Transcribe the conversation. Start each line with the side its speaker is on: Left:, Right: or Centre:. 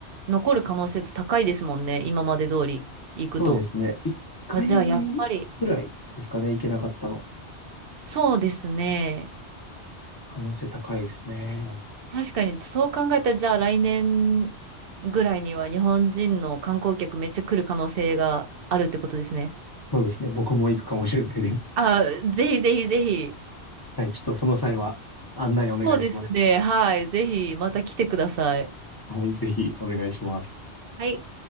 Right: 残る可能性高いですもんね。今まで通り行くと。
Left: そうですね。一回
Right: あ、じゃあ、やっぱり、
Left: ぐらいですかね、行けなかったの。
Right: そうですね。
Left: 可能性高いですね。
Right: 確かに、そう考えたら、じゃあ来年ぐらいには日本人の観光客めっちゃ来る可能性があるってことですね。
Left: そうですね。僕も行くかもしれないです。
Right: あ、ぜひぜひぜひ。
Left: はい、ちょっとその際は案内お願いします。
Right: そうですね。はい。ぜひまた来てください。
Left: はい、ぜひお願いします。
Right: はい。